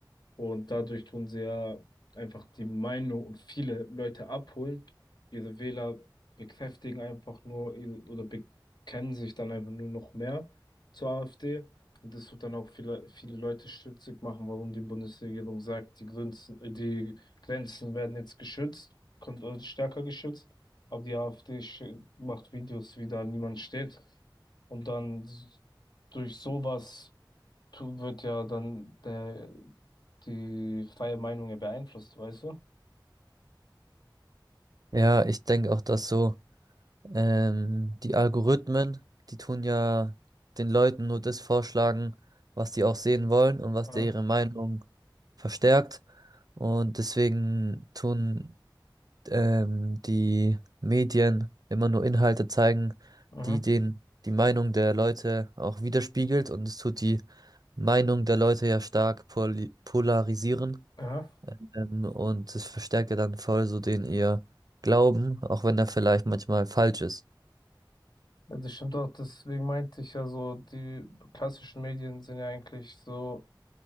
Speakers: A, on the left; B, on the right.
A: Und dadurch tun sie ja einfach die Meinung und viele Leute abholen, ihre Wähler bekräftigen einfach nur ihr- oder be kennen sich dann einfach nur noch mehr zur AfD. Und das wird dann auch viele, viele Leute stutzig machen, warum die Bundesregierung sagt, die Grenzen, äh, die Grenzen werden jetzt geschützt, kommt äh, stärker geschützt. Aber die AfD sch- macht Videos, wie da niemand steht. Und dann s- durch sowas tu- wird ja dann der, die freie Meinung ja beeinflusst, weißt du?
B: Ja, ich denke auch, dass so ähm, die Algorithmen, die tun ja den Leuten nur das vorschlagen, was die auch sehen wollen und was
A: Aha,
B: der ihre Meinung verstärkt. Und deswegen tun ähm, die Medien immer nur Inhalte zeigen,
A: aha,
B: die den, die Meinung der Leute auch widerspiegelt. Und es tut die Meinung der Leute ja stark poli- polarisieren.
A: aha.
B: Ähm, und es verstärkt ja dann voll so den ihr Glauben, auch wenn er vielleicht manchmal falsch ist.
A: Ja, das stimmt auch, deswegen meinte ich ja so, die klassischen Medien sind ja eigentlich so